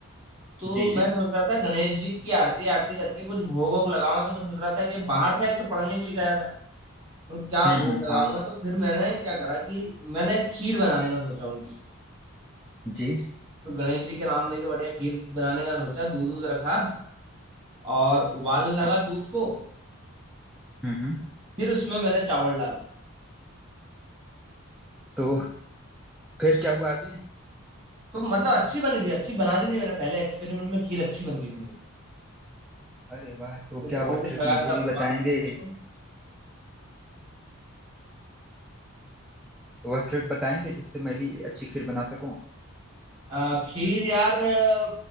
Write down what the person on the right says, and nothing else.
तो
मैं
सोच रहा था गणेश जी की आरती आरती करके कुछ भोग वोग लगाऊं तो मैं सोच रहा था कि बाहर से एक तो पढ़ने के लिए गया था तो क्या
भोग
लगाऊंगा
तो फिर मैंने क्या करा कि मैंने खीर बनाने का सोचा उनके लिए
तो गणेश जी के नाम लेके बढ़िया खीर बनाने का सोचा दूध दूध रखा और उबालने
लगा दूध को
फिर उसमें मैंने चावल डाले
तो मतलब अच्छी बनी थी अच्छी बना दी थी मैंने पहले एक्सपेरिमेंट में खीर अच्छी बन गई थी मेरी
फिर
भोग
लगाया
था
भगवान
गणेश जी को
आ, खीर यार आ,